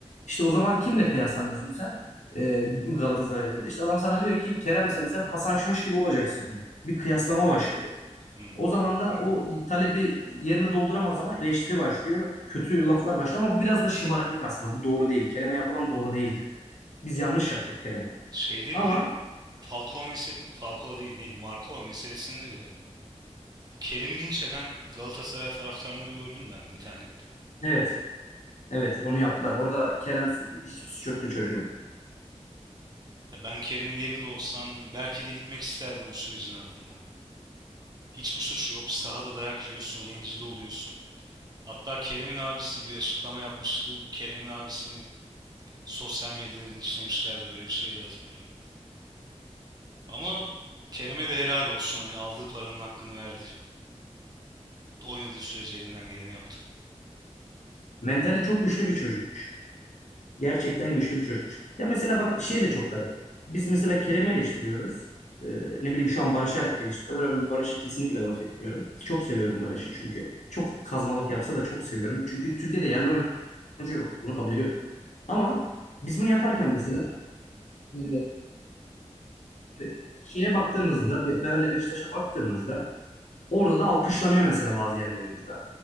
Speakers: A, on the left; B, on the right.
A: işte o zaman kimle kıyaslanıyorsun sen? E, Galatasaray elinde. İşte adam sana diyor ki Kerem sen sen Hasan Şaş gibi olacaksın diyor. Bir kıyaslama başlıyor.
B: Hmm.
A: O zaman da o talebi yerine dolduramaz zaman eleştiri başlıyor. Kötü laflar başlıyor ama bu biraz da şımarıklık aslında. Bu doğru değil. Kerem'e yapılan doğru değildi. Biz yanlış yaptık Kerem'e.
B: Şeyde
A: Ama
B: bile Falcao mesele Falcao değil neydi? Marco meselesinde bile Kerem'i linç eden Galatasaray taraftarları gördüm ben internette.
A: evet, evet onu yaptılar. Orada Kerem su- hiçbir suç yoktu çocuğun.
B: Ya ben Kerem'in yerinde olsam belki de gitmek isterdim o sürecin ardından. Hiçbir suçu yok. Sahada dayak yiyorsun, rencide oluyorsun. Hatta Kerem'in abisi bir açıklama yapmıştı. Kerem'in abisini sosyal medyada linçlemişlerdi öyle bir şey de hatırlıyorum. Ama Kerem'e de helal olsun hani aldığı paranın hakkını verdi. Oynadığı sürece elinden geleni yaptı.
A: Mentali çok güçlü bir çocukmuş. Gerçekten güçlü bir çocukmuş. Ya mesela bak şey de çok garip. Biz mesela Kerem'i eleştiriyoruz. Ee, ne bileyim şu an Barış'ı eleştiriyorlar. Ben Barış'ı kesinlikle laf etmiyorum. Çok seviyorum Barış'ı çünkü. Çok kazmalık yapsa da çok seviyorum. Çünkü Türkiye'de yerli oyuncu yok. Bunu kabul ediyorum. Ama biz bunu yaparken mesela e, şey, şeye baktığımızda, Fener'le Beşiktaş'a baktığımızda Orada da alkışlanıyor mesela bazı yerli oyuncular.